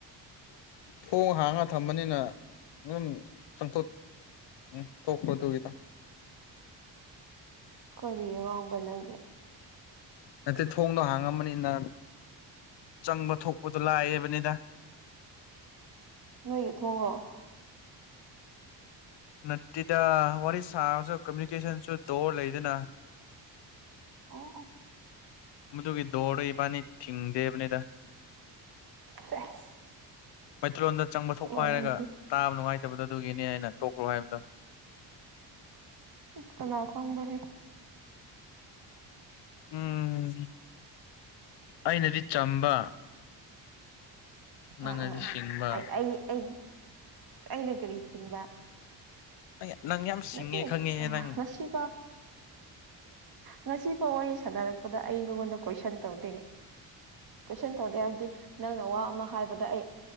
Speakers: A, on the left; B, on the right.
A: ꯊꯣꯡ ꯍꯥꯡꯉ ꯊꯝꯕꯅꯤꯅ ꯝ ꯆꯪꯊꯣꯛ ꯎꯝ ꯊꯣꯛꯄꯗꯨꯒꯤꯗ
B: ꯀꯣꯔꯤꯔꯣ ꯉꯥꯡꯕ꯭ꯔꯥ ꯅꯪꯗꯤ
A: ꯅꯠꯇꯦ ꯊꯣꯡꯗꯣ ꯍꯥꯡꯉꯝꯕꯅꯤꯅ ꯆꯪꯕ ꯊꯣꯛꯄꯗꯣ ꯂꯥꯛꯑꯕꯅꯤꯗ
B: ꯅꯣꯏꯒꯤ ꯊꯣꯡꯡꯂꯣ
A: ꯅꯠꯇꯦꯗ ꯋꯥꯔꯤ ꯁꯥꯕꯁꯨ ꯀꯃꯨꯅꯤꯀꯦꯁꯟꯁꯨ ꯗꯣꯔ ꯂꯩꯗꯅ
B: ꯑꯣ ꯑꯣ
A: ꯃꯗꯨꯒꯤ ꯗꯣꯔꯗ ꯏꯕꯥꯅꯤ ꯊꯤꯡꯗꯦꯕꯅꯤꯗ
B: ꯁꯦꯁ
A: ꯃꯩꯇꯩꯂꯣꯟꯗ ꯆꯪꯕ ꯊꯣꯛꯄ
B: ꯋꯥꯔꯤꯗꯤ
A: ꯍꯥꯏꯔꯒ ꯇꯥꯕ ꯅꯨꯡꯉꯥꯏꯇꯕꯗꯣ ꯑꯗꯨꯒꯤꯅꯤ ꯍꯥꯏꯅ ꯇꯣꯛꯈ꯭ꯔꯣ ꯍꯥꯏꯕꯗꯣ
B: ꯀꯅꯥ ꯈꯣꯡꯕꯍꯦ
A: ꯎꯝ ꯑꯩꯅꯗꯤ ꯆꯝꯕ ꯅꯪꯅꯗꯤ
B: ꯑꯥ ꯑꯥ ꯑꯥ
A: ꯁꯤꯡꯕ
B: ꯑꯩ ꯑꯩ ꯑꯩ ꯑꯩꯅ ꯀꯔꯤ ꯁꯤꯡꯕ
A: ꯑꯩ ꯅꯪ ꯌꯥꯝ ꯁꯤꯡꯉꯦ
B: ꯅꯠꯇꯦ
A: ꯈꯪꯉꯦꯍꯦ ꯅꯪ
B: ꯉꯁꯤ ꯄ ꯉꯁꯤꯐꯥꯎ ꯋꯥꯔꯤ ꯁꯥꯟꯅꯔꯛꯄꯗ ꯑꯩ ꯅꯉꯣꯟꯗ ꯀꯣꯏꯁꯟ ꯇꯧꯗꯦ ꯀꯣꯏꯁꯟ ꯇꯧꯗꯦ ꯍꯥꯏꯕꯗꯤ ꯅꯪꯅ ꯋꯥ ꯑꯃ ꯍꯥꯏꯕꯗ ꯑꯩ